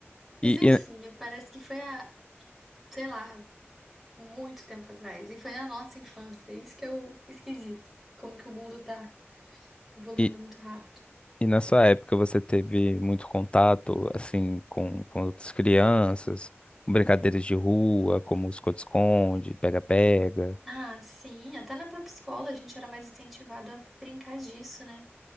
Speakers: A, in the centre; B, on the left.
A: Mas
B: E,
A: enfim,
B: e,
A: né, parece que foi a, sei lá. muito tempo atrás. E foi na nossa infância. Isso que é o esquisito. Como que o mundo tá evoluindo
B: e,
A: muito rápido.
B: e na sua época você teve muito contato, assim, com, com outras crianças, com brincadeiras de rua, como esconde-esconde, pega-pega.
A: Ah, sim, até na própria escola a gente era mais incentivado a brincar disso, né?